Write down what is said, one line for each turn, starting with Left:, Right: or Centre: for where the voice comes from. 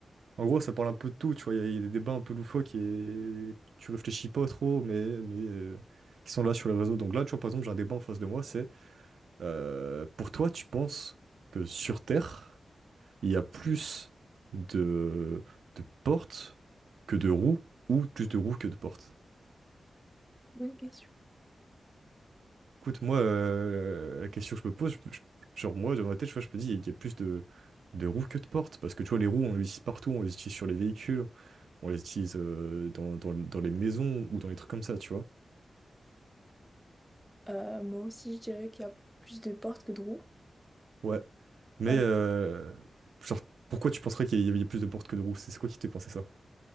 Right: En gros, ça parle un peu de tout, tu vois. Il y, a il y a des débats un peu loufoques et que tu réfléchis pas trop, mais, mais euh, qui sont là sur les réseaux. Donc là, tu vois, par exemple, j'ai un débat en face de moi, c'est euh, pour toi, tu penses que sur Terre, il y a plus de, de portes que de roues ou plus de roues que de portes?
Centre: Bonne question.
Right: Écoute, moi, euh, la question que je me pose, je- je- genre moi, dans ma tête, tu vois, je me dis, il y a plus de, de roues que de portes, parce que tu vois, les roues, on les utilise partout, on les utilise sur les véhicules, on les utilise euh, dans, dans, dans les maisons ou dans les trucs comme ça, tu vois.
Centre: Euh, moi aussi, je dirais qu'il y a plus de portes que de roues.
Right: Ouais. Mais,
Centre: Parce-
Right: euh, genre, pourquoi tu penserais qu'il y avait plus de portes que de roues? C'est c'est quoi qui t'est pensé ça?